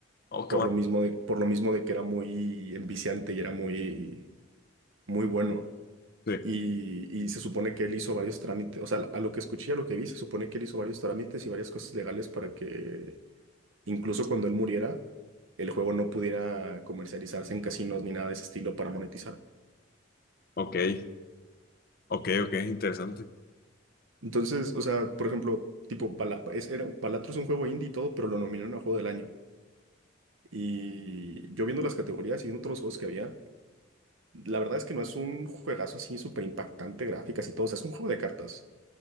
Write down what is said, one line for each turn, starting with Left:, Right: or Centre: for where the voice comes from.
Left: Oh, qué
Right: Por
Left: bueno.
Right: lo mismo de, por lo mismo de que era muy enviciante y era muy, muy bueno.
Left: Sí.
Right: Y, y se supone que él hizo varios trámites, o sea, a lo que escuché, a lo que vi, se supone que él hizo varios trámites y varias cosas legales para que incluso cuando él muriera, el juego no pudiera comercializarse en casinos ni nada de ese estilo para monetizar.
Left: Ok. Ok, ok, interesante.
Right: Entonces, o sea, por ejemplo, tipo, Bala- es, era, Balatro es un juego indie y todo, pero lo nominaron a juego del año. Y yo viendo las categorías y viendo todos los juegos que había, la verdad es que no es un juegazo así súper impactante, gráficas y todo, o sea, es un juego de cartas.